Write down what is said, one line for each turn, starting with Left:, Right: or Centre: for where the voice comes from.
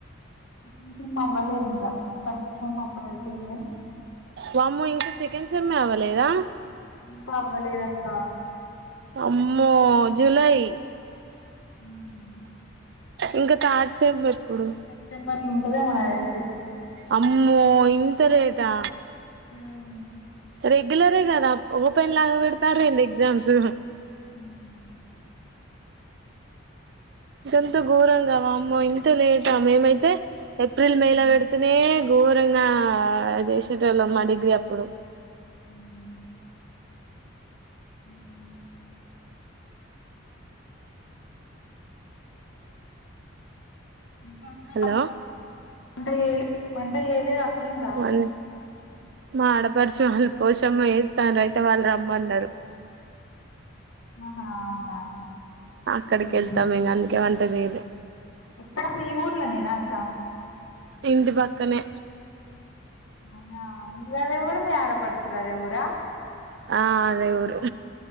Left: సెకండ్ సెమ్ అవ్వలేద్ ఇంకా ఫస్ట్ సెమ్ అప్పుడే అయిపోయింది కాని
Right: వామ్మో ఇంకా సెకండ్ సెమ్ ఏ అవ్వలేదా
Left: ఇంకా అవ్వలేదక్క
Right: అమ్మో జులై
Left: ఉమ్
Right: ఇంకా థర్డ్ సెమ్ ఎప్పుడు
Left: డిసెంబర్ లో ఉంటదేమో నాకు దెలిసి
Right: అమ్మో ఇంత లేటా
Left: ఉమ్
Right: రెగ్యులరే గదా ఓపెన్ లాగా పెడతారా ఏంది ఎగ్జామ్స్
Left: ఉమ్
Right: గంత ఘోరంగా వామ్మో ఇంత లేటా మేమైతే ఏప్రిల్
Left: హ్మ్.
Right: మేలా పెడతేనే ఘోరంగా జేసేటోళ్ళమ్
Left: హ్మ్.
Right: మా డిగ్రీ అప్పుడు
Left: హ్మ్. ఉమ్ ఇంకా
Right: హలో
Left: వంట చేయలే వంట చేయలేదా అక్కింగా
Right: వన్ మా ఆడపడుచు వాళ్ళు పోషమ్మ చేస్తాండ్రు అయితే వాళ్ళు రమ్మన్నారు
Left: ఆహా అవునా
Right: అక్కడికెళ్తాం
Left: హుహు.
Right: ఇంగ అందుకే వంట చేయలే
Left: ఎక్కడ మీ ఊర్ల నేనా అక్క
Right: ఇంటి పక్కనే
Left: అవునా మీదదే ఊరు మీ ఆడ పడుచుదదే ఊరా
Right: ఆ అదే ఊరు